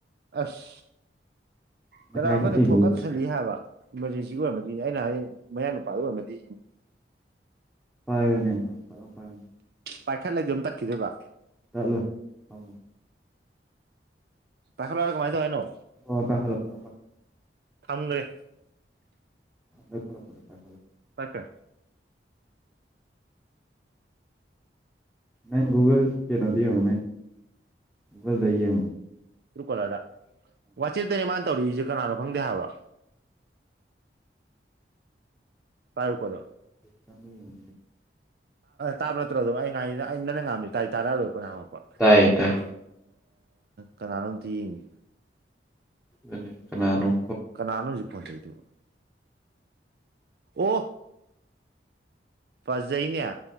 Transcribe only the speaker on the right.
ꯑꯁ
ꯀꯅꯥ ꯐꯅꯤ ꯐꯣꯟꯒ
ꯇꯧꯁꯜꯂꯤ ꯍꯥꯏꯕ ꯏꯃꯥꯔꯖꯦꯟꯁꯤꯒꯤ ꯑꯣꯏꯔꯃꯗꯤ ꯑꯩꯅ ꯍꯥꯏꯌꯦ ꯃꯌꯥꯡ ꯅꯨꯄꯥꯒꯤ ꯑꯣꯏꯔꯝꯃꯗꯤ
ꯄꯥꯏꯈꯠ ꯂꯩꯗꯤ ꯑꯃ ꯇꯛꯈꯤꯗꯦꯕ
ꯇꯈꯂ ꯀꯃꯥꯏꯗ ꯍꯥꯏꯅꯣ
ꯐꯪꯈ꯭ꯔꯦ
ꯑꯆꯥ
ꯇꯨꯀꯣꯂꯔꯗ ꯋꯥꯆꯦꯞꯇꯅꯦ ꯃꯥꯅ ꯇꯧꯔꯤꯁꯦ ꯀꯅꯥꯅꯣ ꯈꯪꯗꯦ ꯍꯥꯏꯕ ꯇꯥꯏ ꯄꯗ
ꯇꯥꯕ ꯅꯠꯇ꯭ꯔꯣꯗ ꯑꯩ ꯑ ꯅꯪ ꯅꯪ ꯉꯥꯝꯃꯤ ꯇꯥꯔꯤ ꯇꯥꯔꯥꯗ ꯀꯅꯥꯍꯄ
ꯀꯅꯥꯅꯣ ꯑꯝꯇ ꯌꯦꯡꯉꯤ
ꯀꯅꯥꯅꯣ ꯍꯧꯖꯤꯛ ꯐꯣꯟꯊꯩꯏꯗꯨ ꯑꯣ ꯐꯖꯩꯅꯦ